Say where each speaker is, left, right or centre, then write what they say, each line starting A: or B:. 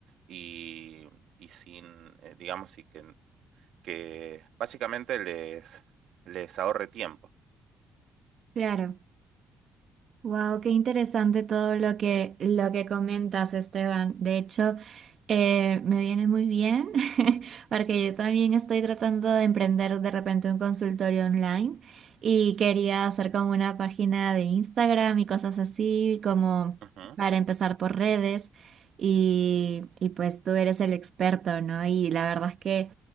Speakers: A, on the right; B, on the right.
A: y, y sin, eh, digamos, y que, que básicamente les, les ahorre tiempo.
B: claro. Wow, qué interesante todo lo que, lo que comentas, Esteban. De hecho, eh, me viene muy bien <laughs> porque yo también estoy tratando de emprender de repente un consultorio online y quería hacer como una página de Instagram y cosas así, como
A: Ujú.
B: para empezar por redes. Y, y pues tú eres el experto, ¿no? Y la verdad es que,